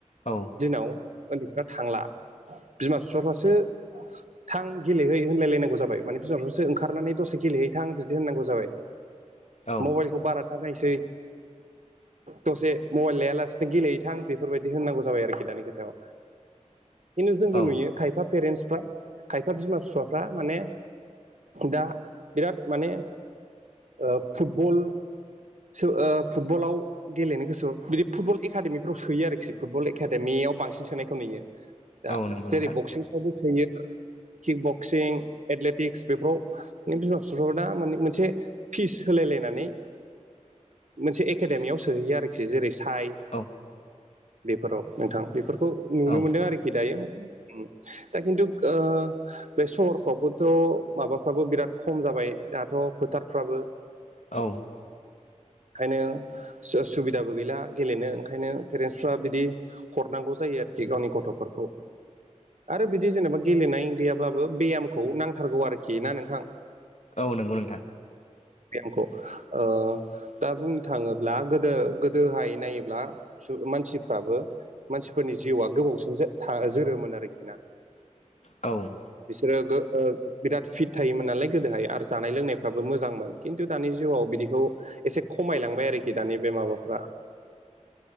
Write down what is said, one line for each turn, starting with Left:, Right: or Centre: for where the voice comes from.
Left: औ
Right: दिनाव उन्दैफ्रा थांला बिमा बिफाफ्रासो थां गेलेहै होनलायलायनांगौ जाबाय माने बिमा बिफाफोरासो ओंखारनानै दसे गेलेहैथां बिदि होननांगौ जाबाय
Left: औ
Right: मबाइलखौ बारा दा नायसै दसे मबाइल लायालासेनो गेलेहैथां बेफोरबायदि बिदि होननांगौ जाबाय आरोखि दानि खोथायाव खिन्थु जोंबो
Left: औ
Right: नुयो खायफा पेरेन्टसफ्रा खायफा बिमा फिफाफ्रा माने दा बिराद माने ओ फुटबल ओ फुटबलाव गेलेनो गोसो बिदि फुटबल एकादेमिफ्राव सोयो आरोखि फुटबल एकादेमियाव बांसिन सोनायखौ नुयो दा
Left: औ नंगौ
Right: जेरै
Left: नोंथां
Right: बक्सिं बो थोयो किक बक्सिं एथलेटिक्स बेफोराव बिमा फिफाफ्रा दा माने मोनसे फिस होलायलायनानै मोनसे एकाडेमियाव सोहैयो आरोखि जेरै साय
Left: औ
Right: बेफोराव नोंथां बे फोरखौ नुनो
Left: औ
Right: मोनदों आरोखि दायो दा खिन्थु ओ बे सहरफ्रावबोथ' माबाफ्राबो बिराद खम जाबाय दाथ' फोथारफ्राबो
Left: औ
Right: ओंखायनो सुबिदाबो गैला गेलेनो ओंखायनो पेरेन्टसफ्रा बिदि हरनांगौ जायो आरोखि गावनि गथ'फोरखौ आरो बिदि जेनेबा गेलेनाय गैयाब्लाबो बेयामखौ नांथारगौ आरोखि ना नोंथां
Left: औ नंगौ नोंथां
Right: बेयामखौ ओ दा बुंनो थाङोब्ला गोदो गोदोहाय नायोब्ला मानसिफ्राबो मानसिफोरनि जिउआ गोबावसिन था जोरोमोन आरोखि ना
Left: औ
Right: बिसोरो गो ओ बिराद फिट थायोमोन नालाय गोदोहाय आरो जानाय लोंनायफ्राबो मोजांमोन खिन्थु दानि जिउआव बिदि बेखौ एसे खमायलांबाय आरोखि दानि बे माबाफ्रा